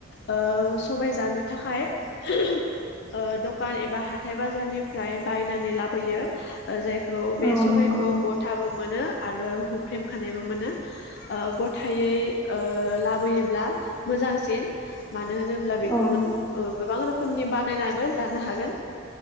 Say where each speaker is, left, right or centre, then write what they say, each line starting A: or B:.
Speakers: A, on the left (about 55°); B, on the left (about 15°).
A: ओ सबाय जानो थाखाय <unintelligible> ओ दुखान एबा हाथाय बाजारनिफ्राय बायनानै लाबोयो जाय खौ बे
B: औ
A: सबायखौ
B: नंगौ
A: गथाबो मोनो आरो हुख्रेम खानायबो मोनो ओ गथायै ओ लाबोयोब्ला मोजांसिन मा मानो होनोब्ला बेखौ
B: औ
A: नों ओ गोबां रो रोखोमनि बानायनाबो जानो हागोन